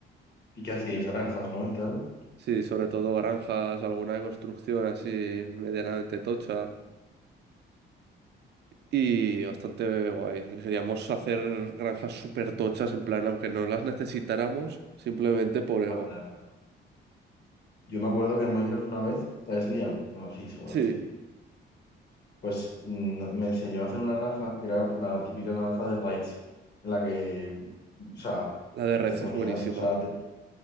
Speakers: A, on the left; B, on the right.
A: ¿Y qué hacíais? Granjas, ¿no? Y tal.
B: Sí, sobre todo granjas, alguna construcción así medianamente tocha. Y bastante guay. Queríamos hacer granjas súper tochas, en plan, aunque no las necesitáramos, simplemente por ego.
A: Para tenerlas. Yo me acuerdo que en Minecraft una vez, ¿sabes Liam? Bueno, sí, seguro
B: Sí,
A: que sí. Pues mm, me enseñó a hacer una granja que era la típica granja de raids, en la que, o sea,
B: la de Reds
A: te ponías,
B: es buenísima.
A: o sea, te,